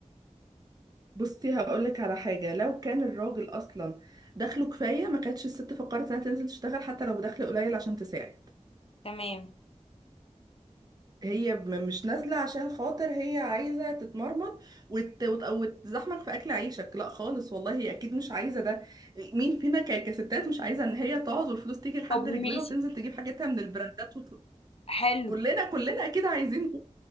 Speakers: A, on the right (about 30°); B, on the left (about 50°).
A: بصي هقولك على حاجة لو كان الراجل أصلا دخله كفاية ما كانتش الست فكرت إنها تنزل تشتغل حتى لو بدخل قليل عشان تساعد
B: تمام
A: هي م- مش نازلة عشان خاطر هي عايزة تتمرمط وت... وت... وتزحمك في أكل عيشك لا خالص والله هي أكيد مش عايزة ده مين فينا ك... كستات مش عايزة إن هي تقعد والفلوس تيجي لحد
B: طب
A: رجلها
B: ماشي
A: وتنزل تجيب حاجتها من البراندات وت...
B: حلو
A: كلنا كلنا اكيد عايزين